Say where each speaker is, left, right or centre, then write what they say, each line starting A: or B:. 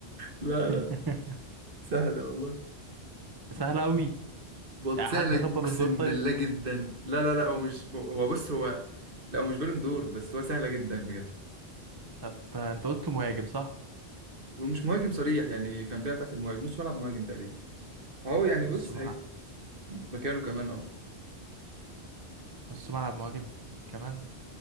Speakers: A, on the right; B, on the right.
A: لا
B: <laughs>
A: لا سهلة والله
B: سهله قوي
A: بل...
B: يعني
A: سهلة
B: حد خد
A: اقسم
B: بالون دور طيب
A: بالله جدا لا لا لا هو مش هو بص هو لا هو مش بالون دور بس هو سهلة جدا بجد
B: طب آه، انت قلت مهاجم صح
A: ومش مهاجم صريح يعني كان بيلعب تحت المهاجم نص ملعب مهاجم تقريبا اهو يعني
B: نص
A: بص
B: ملعب
A: هي في مكانه كمان اهو
B: نص ملعب مهاجم كمان